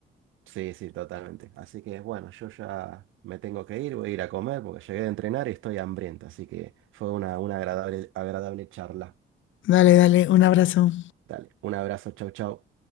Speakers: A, on the right; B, on the left.
A: Sí, sí, totalmente. Así que, bueno, yo ya me tengo que ir, voy a ir a comer porque llegué de entrenar y estoy hambriento. Así que fue una, una agradable, agradable charla.
B: Dale, dale, un abrazo.
A: Dale, un abrazo, chau, chau.